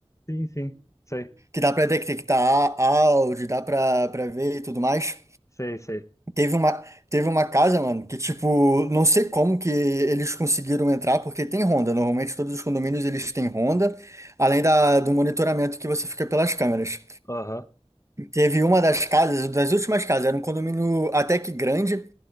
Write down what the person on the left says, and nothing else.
Sim, sim. Sei,
sei, sei.
Aham.